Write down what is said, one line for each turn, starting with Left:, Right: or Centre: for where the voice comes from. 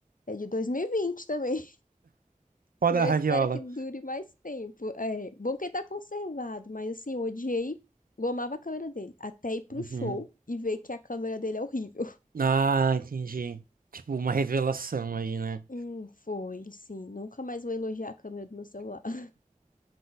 Left: é de 2020 também.
Right: Foda
Left: E
Right: da
Left: eu
Right: raviola.
Left: espero que dure mais tempo. É, bom que ele tá conservado, mas assim, eu odiei, eu amava a câmera dele, até ir pro
Right: Uhum.
Left: show e ver que a câmera dele é horrível. <laughs>
Right: Ah, entendi. Tipo, uma revelação aí, né?
Left: Hum, foi, sim. Nunca mais vou elogiar a câmera do meu celular. <laughs>